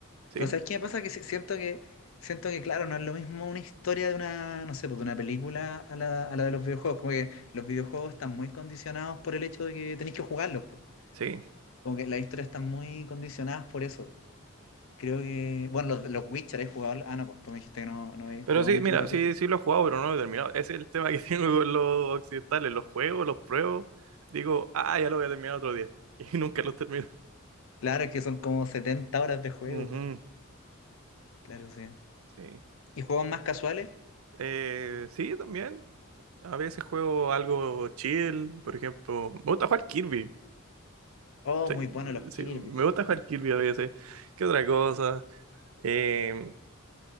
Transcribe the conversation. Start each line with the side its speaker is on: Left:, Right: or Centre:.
Right: sí,
Left: Pero ¿sabes qué me pasa? Que si- siento que, siento que, claro, no es lo mismo una historia de una, no sé, pues, de una película a la, a la de los videojuegos. Como que los videojuegos están muy condicionados por el hecho de que tenéis que jugarlos, pues.
Right: sí.
Left: Como que las historias están muy condicionadas por eso. Creo que, bueno, los, los Witcher he jugado, ah, no, pues tú me dijiste que no, no he
Right: Pero
Left: jugado
Right: sí,
Left: mucho
Right: mira,
Left: RPG.
Right: sí, sí lo he jugado, pero no lo he terminado. Ese es el tema que <laughs> tengo con los occidentales, los juegos, los pruebo, digo, ah, ya lo voy a terminar otro día. <laughs> Y nunca los termino.
Left: Claro, es que son como 70 horas de juego.
Right: Ujú,
Left: Claro, sí.
Right: sí.
Left: ¿Y juegos más casuales?
Right: Eh, sí, también. A veces juego algo chill, por ejemplo. Me gusta jugar Kirby.
Left: Oh,
Right: Sí,
Left: muy buenos los Kirby.
Right: sí, me gusta jugar Kirby a veces. ¿Qué otra cosa? Eh,